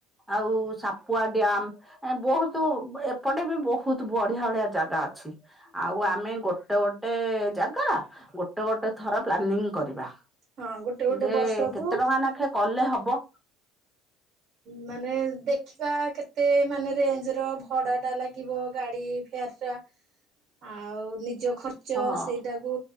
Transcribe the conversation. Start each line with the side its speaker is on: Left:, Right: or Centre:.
Centre: ଆଉ ସାପୁଆ ଡ୍ୟାମ ଏ ବହୁତ ଏ ଏପଟେ ବି ବହୁତ ବଡ୍ ଭଳିଆ ଜାଗା ଅଛି। ଆଉ ଆମେ ଗୋଟେ ଗୋଟ ଟେ ଜାଗା ଗୋଟେ ଗୋଟେ ଥର ପ୍ଲାନିଂ କରିବା।
Right: ହଁ ଗୋଟେ ଗୋଟେ
Centre: ଯେ
Right: ବର୍ଷକୁ
Centre: କେତେ ଟଙ୍କା ନାଖେ କଲେ ହବ?
Right: ମାନେ ଦେଖିବା କେତେ ମାନେ ରେଞ୍ଜ ର ଭଡା ଟା ଲାଗିବ ଗାଡି ଫେୟାର ଟା। ଆଉ ନିଜ ଖର୍ଚ୍ଚ
Centre: ହଁ।
Right: ସେଇଟାକୁ